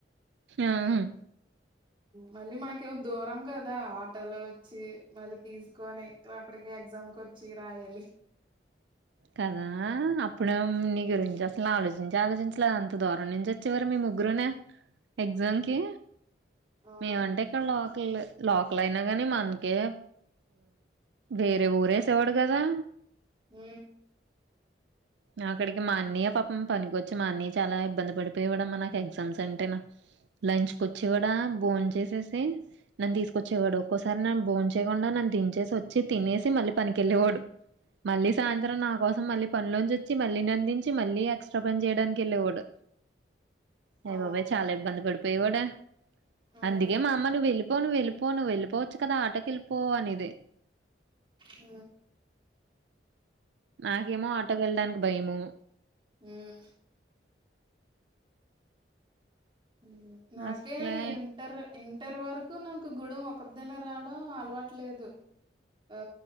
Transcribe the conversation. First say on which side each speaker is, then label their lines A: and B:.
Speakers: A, on the right; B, on the right.
A: ఆం
B: మళ్ళీ మాకేమో దూరం కదా ట్టలో వచ్చి మల్లి తీసుకొని అక్కడికి ఎగ్జామ్ కి వచ్చి రాయాలి
A: కదా అప్పుడు నీ గురించి అసలు ఆలోచించి ఆలోచించలేదు అంత దూరం నుంచి వచ్చేవారు మేము ముగ్గురునే ఎగ్జామ్
B: ఉమ్
A: కి
B: అవును
A: మేమంటే ఇక్కడ లో కెల్ లోకలయినా గానీ మనకే వేరే ఊరేసేవాడు గదా
B: ఊ
A: నాకడికి మా అన్నయ్య పాపం పనికొచ్చి మా అన్నయ్య చాలా ఇబ్బంది పడిపోయేవాడమ్మ నాకు ఎగ్జామ్స్ అంటేను లంచ్ కు వచ్చేవాడా బోన్ చేసేసి నన్ను తీసుకొచ్చేవాడు ఒక్కోసారి నన్ను బోన్ చేయకుండా నను దించేసి వచ్చి తినేసి మళ్ళీ పనికెళ్ళేవాడు మళ్ళీ సాయంత్రం నా కోసం మళ్ళీ పనిలోంచి వ వచ్చి మళ్ళీ నను దించి మళ్ళీ ఎక్స్ట్రా పని చేయడానికి ఎళ్ళేవాడు అయ
B: ఆ
A: బాబాయ్ చాలా ఇబ్బంది పడిపోయేవాడా
B: అదే
A: అందుకే మా అమ్మ నువ్వు వెళ్ పో నువెళ్ళిపో నువెళ్ళిపోవచ్చు కదా ఆటో కి వెళ్ళిపో అనేది
B: ఊ
A: నాకేమో ఆటోకెళ్ళడానికి భయము
B: ఉమ్ ఉమ్ నాకే
A: అసలే
B: ఇంటర్ ఇంటర్ వరకు నాక్ కూడా ఒకదాన్నే రావడం అలవాట్లేదు ఆ